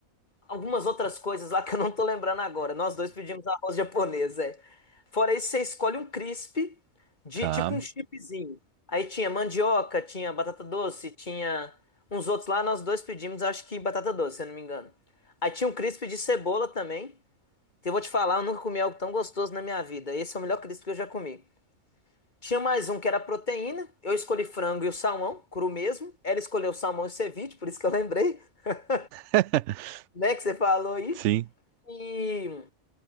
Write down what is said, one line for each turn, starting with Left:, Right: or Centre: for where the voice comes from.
Left: algumas outras coisas lá que eu não tô lembrando agora. Nós dois pedimos arroz japonês, é. Fora isso, você escolhe um crisp de
Right: Tá.
Left: tipo um chipzinho. Aí tinha mandioca, tinha batata doce, tinha uns outros lá. Nós dois pedimos, acho que batata doce, se eu não me engano. Aí tinha um crisp de cebola também. Então, Eu vou te falar, eu nunca comi algo tão gostoso na minha vida. Esse é o melhor crisp que eu já comi. Tinha mais um que era proteína. Eu escolhi frango e o salmão, cru mesmo. Ela escolheu o salmão e o ceviche, por isso que eu lembrei, <laughs>
Right: <laughs>
Left: né, que você falou aí.
Right: Sim,
Left: E,